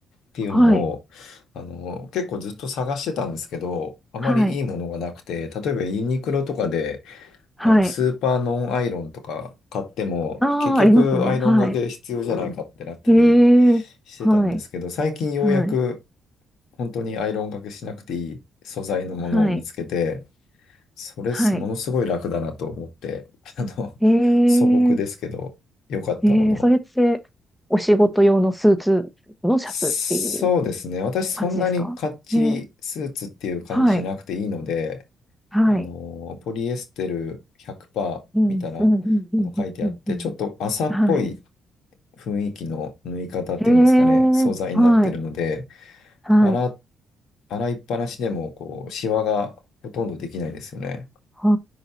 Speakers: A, on the left (about 75°); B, in the centre.
A: ていうのを、
B: はい。
A: あの結構ずっと探してたんですけど、あまりいいものがなくて、
B: はい。
A: 例えばユニクロとかで、
B: はい。
A: あの、スーパーノンアイロンとか買っても、
B: ああ、
A: 結局アイロンがけ必要じゃないかってなったり
B: ありますね。はい。へえ。
A: してたんですけど、
B: はい。
A: 最近ようやく
B: はい。
A: 本当にアイロンがけしなくていい素材のものを見つけて、
B: はい。
A: それすものすごい楽だなと思って、
B: はい。
A: あの、
B: へ
A: 素朴ですけど、
B: え。
A: 良かったものを。
B: えー、それって、お仕事用のスーツのシャツっていう
A: そうですね。私そんなにかっちりスーツっていう感じじゃなくていいので、
B: 感じですかえー、はい。はい。
A: あの、ポリエステル100%
B: うん、
A: 見たら、
B: うん、うん、うん、
A: あの書いてあって、
B: うん、うんうん。
A: ちょっと麻っぽい
B: はい。
A: 雰囲気の縫い方っていうんですかね、
B: へえ、
A: 素材になってるので、
B: はい、はい。
A: 洗、洗いっぱなしでも、こう、シワがほとんどできないですよね。
B: あ